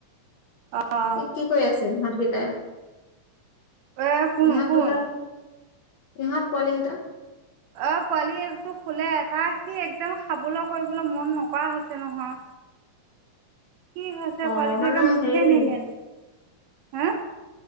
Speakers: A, on the right (about 75°); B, on the left (about 70°).
A: অ অ
B: কি কৰি আছে ইহঁতকেইটাই
A: এ কোন
B: ইহঁত
A: কোন।
B: দুটা ইহঁত পোৱালি কেইটা
A: অ পোৱালিটো শুলে তাৰ সি একদম খাবলৈ কৰিবলৈ মন নকৰা হৈছে নহয়।
B: <unintelligible>
A: কি হৈছে
B: অ
A: পোৱালিটো
B: মানে
A: একে মুখে
B: হেইৰি।
A: নেমেলে হা